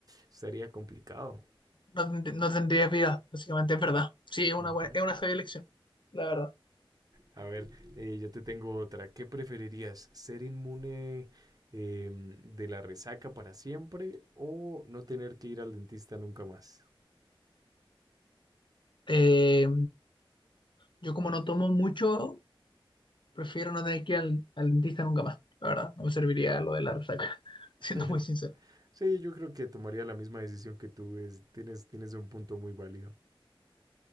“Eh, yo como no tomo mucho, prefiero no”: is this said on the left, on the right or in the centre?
Left